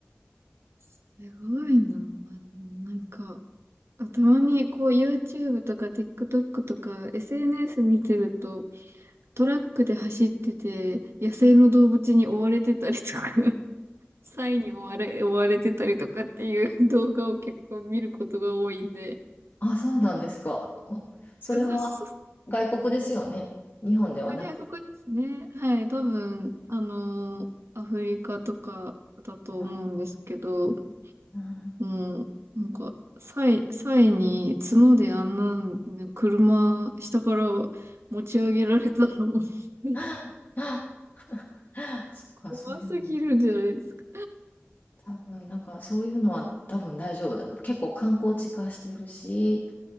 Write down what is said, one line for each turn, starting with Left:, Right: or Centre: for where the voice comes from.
Right: すごいな。なんか、たまにこう YouTube とか TikTok とか SNS 見てると、トラックで走ってて、野生の動物に追われてたりとか、<laughs> サイに追われ、追われてたりとかっていう動画を結構見ることが多いんで、
Left: あ、そうなんですか。おそれは
Right: そうそう
Left: 外国ですよね。日本ではなくて。
Right: 外国ですね。はい、多分、あのーアフリカとかだと思うんですけど、
Left: あはい
Right: もう、なんか、サイ、サイに角であんな、ね、車、下から持ち上げられたらもう <laughs>
Left: <laughs> そっか、
Right: 怖すぎるんじゃないですか。
Left: そういうの。多分、なんか、そういうのは多分大丈夫だ。結構観光地化してるし、